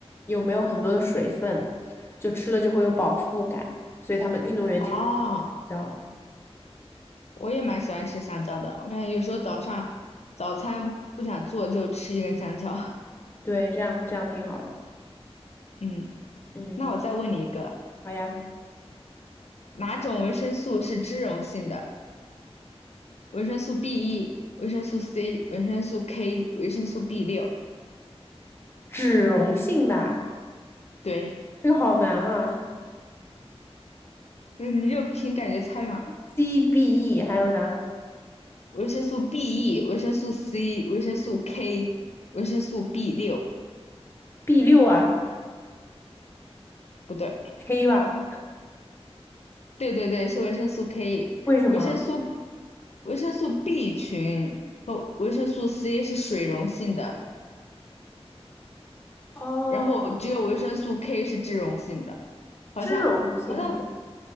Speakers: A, on the left; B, on the left.
A: 又没有很多的水分，就吃了就会有饱腹感，所以他们运动员经常会吃香蕉。
B: 哦，我也蛮喜欢吃香蕉的，我感觉有时候早上早餐不想做就吃一根香蕉。
A: 对，这样这样挺好的。
B: <laughs> 嗯，
A: 嗯，
B: 那我再问你一个。
A: 好呀，
B: 哪种维生素是脂溶性的？维生素 B1、维生素 C、维生素 K、维生素 b 六。
A: 脂溶性吧，
B: 对，
A: 这个好难啊
B: 嗯，你就凭感觉猜嘛。
A: ，CBE 还有呢
B: 维生素 BE、维生素 C、维生素 K、维生素 b 六，
A: ，B 六啊
B: 不对，
A: ，K 吧，
B: 对对对，是维生素 K、
A: 为什么？
B: 维生素维生素 B 群和维生素 C 是水溶性的，
A: 哦，
B: 然后只有维生素 K 是脂溶性的，好像好像
A: 脂溶性。